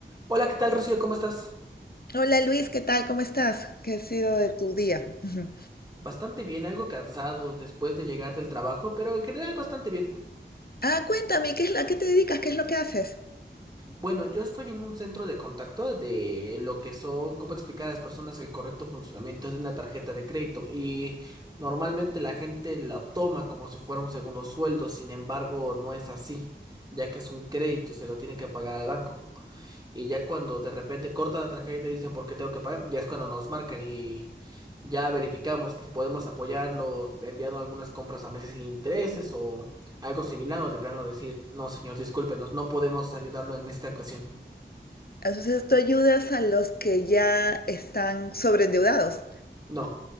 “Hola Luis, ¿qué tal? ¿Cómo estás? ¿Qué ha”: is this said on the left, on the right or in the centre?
Left